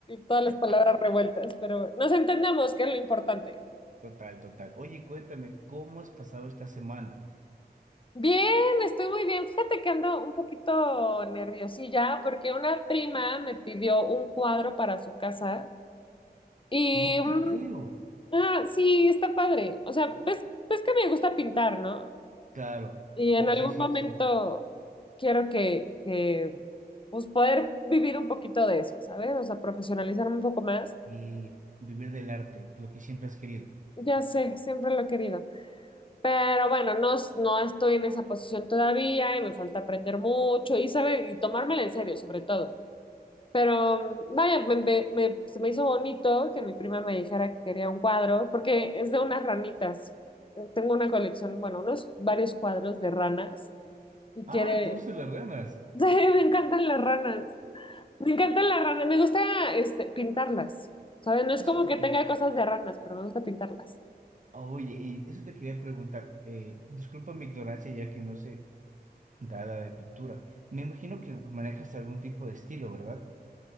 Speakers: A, on the left; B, on the right.
A: todas las palabras
B: <laughs>
A: revueltas, pero nos entendemos, que es lo importante.
B: Total, total. Oye, cuéntame, ¿cómo has pasado esta semana?
A: Bien, estoy muy bien. Fíjate que ando un poquito nerviosilla porque una prima me pidió un cuadro para su casa y,
B: No
A: mm,
B: te creo.
A: ah, sí, está padre. O sea, ves, ves que me gusta pintar, ¿no?
B: Claro,
A: Y en
B: claro,
A: algún
B: sí, sí,
A: momento
B: sí.
A: quiero que, que, pues poder vivir un poquito de eso, ¿sabes? O sea, profesionalizarme un poco más.
B: Y vivir del arte, lo que siempre has querido.
A: Ya sé, siempre lo he querido. Pero bueno, no, es- no estoy en esa posición todavía y me falta aprender mucho y, sabe, y tomármela en serio, sobre todo. Pero vaya, me- me- me- se me hizo bonito que mi prima me dijera que quería un cuadro, porque es de unas ranitas. Tengo una colección, bueno, unos varios cuadros de ranas y quiere...
B: Ah, ¿te gustan
A: <laughs>
B: las ranas?
A: Sí, me encantan las ranas. Me encantan las ranas, me gusta este, pintarlas. ¿Saben? No es
B: Eso
A: como
B: te
A: que
B: quería...
A: tenga cosas de ranas, pero me gusta pintarlas.
B: Oye, y eso te quería preguntar. eh, disculpa mi ignorancia, ya que no sé Dada de pintura. Me imagino que manejas algún tipo de estilo, ¿verdad?